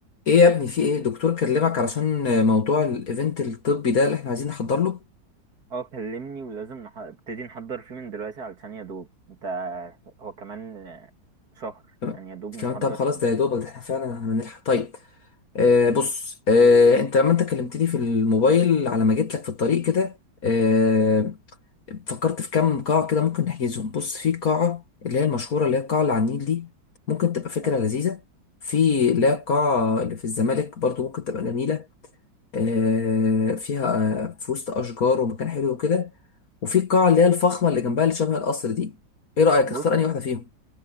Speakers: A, on the left (about 50°); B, on the right (about 50°).
A: ايه يا ابني في ايه دكتور كلمك علشان موضوع الايفنت الطبي ده اللي احنا عايزين نحضر له
B: اه كلمني ولازم نح- ابتدي نحضر فيه من دلوقتي علشان يا دوب انت هو كمان شهر
A: تمام
B: يعني يا دوب نحضر
A: كمان طب خلاص
B: فيه
A: ده يا دوبك ده احنا فعلا هنلحق طيب آه بص آه انت لما انت كلمتني في الموبايل على ما جيت لك في الطريق كده آه فكرت في كام قاعة كده ممكن نحجزهم بص في قاعة اللي هي المشهورة اللي هي القاعة اللي على النيل دي ممكن تبقى فكرة
B: اه
A: لذيذة في اللي هي القاعة اللي في الزمالك برضو ممكن تبقى جميلة آه، فيها آه، في وسط اشجار ومكان حلو وكده وفي القاعه اللي هي الفخمه اللي جنبها اللي شبه القصر دي ايه رايك
B: بص
A: اختار انهي
B: هو
A: واحده فيهم